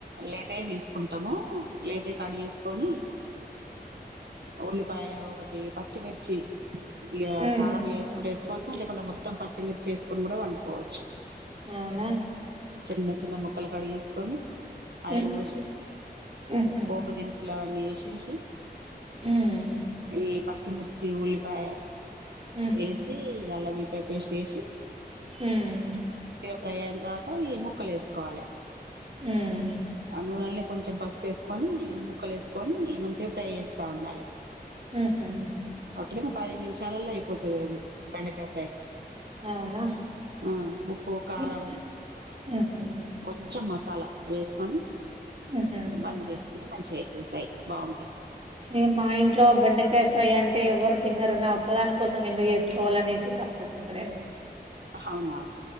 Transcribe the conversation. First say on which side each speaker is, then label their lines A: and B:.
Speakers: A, on the right; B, on the right.
A: లేతయే దీస్ కుంటము లేతయి కడ్ జేస్ కొని ఉల్లిపాయె ఒకటి పచ్చిమిర్చి ఇగ
B: హ్మ్.
A: కారం ఎసుకుంటే ఎసుకోచ్చు లేకుంటె మొత్తం పచ్చిమిర్చి ఎసుకోన్ గుడా వండ్ కోవచ్చు
B: ఔనా
A: చిన్న చిన్న ముక్ కల్ కడు ఎస్ కొని ఆయిల్
B: హ్మ్.
A: పోషి
B: హుహు.
A: పోపు దిన్ సులు అవన్నీ ఏష్ ఏషి
B: హ్మ్.
A: ఈ పచ్చిమిర్చి ఉల్లిపాయే
B: హుహు.
A: ఏసి అల్ల వెల్ పయ్ పేస్ట్ ఏషి
B: ఉమ్మ్
A: ఫ్రై అయిన్ తర్ వత ఈ ముక్కలు ఏస్ కోవాలే
B: ఉమ్
A: నునల్ నే కొంచమ్ పస్ ఏస్ కొని ముక్కల్ ఎస్ కొని మంచిగా ఫ్రై ఏస్తా ఉండాలే
B: ఉహు
A: ఒటిగను పది నిమ్ షాలలో అయిపోతది అది బెండకయ్ ఫ్రై
B: అవునా?
A: ఆ ఉప్పు కారం
B: హ్మ్. హుహు.
A: కొంచమ్ మస్ సాలా వేస్ కొని
B: హుహు.
A: బంద్ జేస్ కుంటే మంచిగాయితది ఫ్రై బాఉంటయ్
B: మీ మా ఇంట్లో బెండకయ్ ఫ్రై అంటే ఎవరు తిన్నరూ నా ఒక్కదాన్ కోసం ఎందుక్ ఎస్ కోల్ అనేసి సప్ జేక ఉంటా నేన్
A: ఆహ ఔనా